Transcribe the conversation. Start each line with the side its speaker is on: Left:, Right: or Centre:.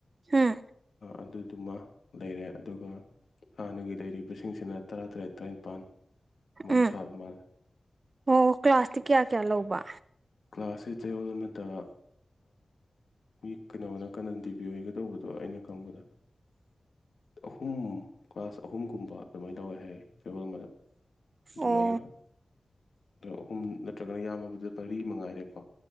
Right: ꯎꯝ
Left: ꯑꯗꯨꯗꯨꯃ ꯂꯩꯔꯦ ꯑꯗꯨꯒ ꯍꯥꯟꯅꯒꯤ ꯂꯩꯔꯤꯕꯁꯤꯡꯁꯤꯅ ꯇꯔꯥꯇꯔꯦꯠ ꯇꯔꯥꯅꯤꯄꯥꯟ ꯁꯨꯃꯥꯏꯅ
Right: ꯎꯝ
Left: ꯁꯥꯕ ꯃꯥꯜꯂꯦ
Right: ꯑꯣ ꯀ꯭ꯂꯥꯁꯇꯤ ꯀꯌꯥ ꯀꯌꯥ ꯂꯧꯕ
Left: ꯀ꯭ꯂꯥꯁꯁꯤ ꯆꯌꯣꯜ ꯑꯃꯗ ꯃꯤ ꯀꯩꯅꯣꯅ ꯀꯟꯅ ꯇꯤꯕꯤꯌ ꯍꯥꯏꯒ ꯇꯧꯕꯗꯣ ꯑꯩꯅ ꯈꯪꯕꯗ ꯑꯍꯨꯝ ꯀ꯭ꯂꯥꯁ ꯑꯍꯨꯝꯒꯨꯝꯕ ꯑꯗꯨꯃꯥꯏꯅ ꯂꯧꯋꯦ ꯍꯥꯏ ꯆꯔꯣꯜ ꯑꯃꯗ ꯑꯗꯨꯃꯥꯏꯅ
Right: ꯑꯣ
Left: ꯑꯍꯨꯝ ꯅꯠꯇ꯭ꯔꯒꯅ ꯌꯥꯝꯃꯕꯗ ꯃꯔꯤ ꯃꯉꯥꯏꯔꯦꯀꯣ